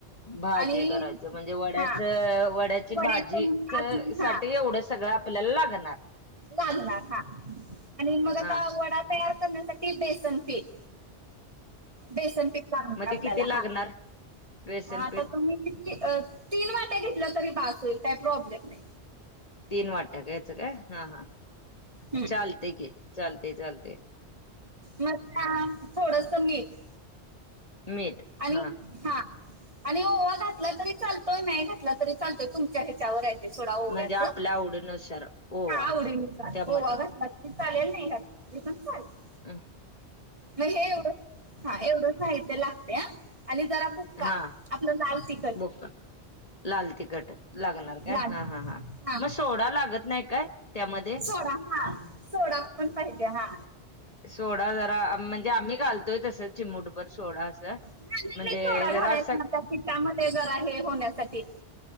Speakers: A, on the left; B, on the right.
A: भाजी
B: आणि
A: करायचं म्हणजे वड्याच
B: हा
A: वड्याची
B: वड्याचं
A: भाजी चं
B: अजून हा
A: साठी एवढं सगळं आपल्याला लागणार.
B: लागणार हा आणि मग आता
A: हा
B: वडा तयार करण्यासाठी बेसन पीठ बेसन पिठ लागणार
A: मग ते
B: आपल्याला
A: किती लागणार
B: हा
A: बेसनपीठ
B: आता तुम्ही किती तीन वाट्या घेतल्या तरी बास होईल काय प्रॉब्लेम नाय.
A: तीन वाट्या घ्यायचं काय हा हा
B: हं.
A: चालतय की चालतय चालतय.
B: म त्यात थोडस मीठ
A: मीठ
B: आणि
A: हा
B: हा आणि ओवा घातला तरी चालतोय नाही घातला तरी चालतोय तुमच्या ह्याच्यावर आहे थोडा ओव्याच
A: म्हणजे आपल्या आवडीनुसार ओवा
B: हा आवडी नूसार
A: त्यामध्ये
B: ओवा घातला चालेल नाही घातला त स काय <unintelligible>
A: अं <unintelligible>
B: मग हे एवढं हा एवढं साहित्य लागतया आणि जरा बुक्का
A: हा
B: आपलं लाल तिक
A: बुका लाल तिखट लागणार काय
B: लाल
A: हा हा हां
B: हा
A: मग सोडा लागत नाही काय त्यामध्ये
B: सोडा हा सोडा पण पाहिजे हा
A: सोडा जरा म्हणजे आम्ही घालतोय तसं चिमुटभर सोडा अस म्हणजे
B: हा नाही नाही सोडा घालायला
A: जरा असं
B: मग त्या पिठामधे त्यामध्ये जर आहे होण्यासाठी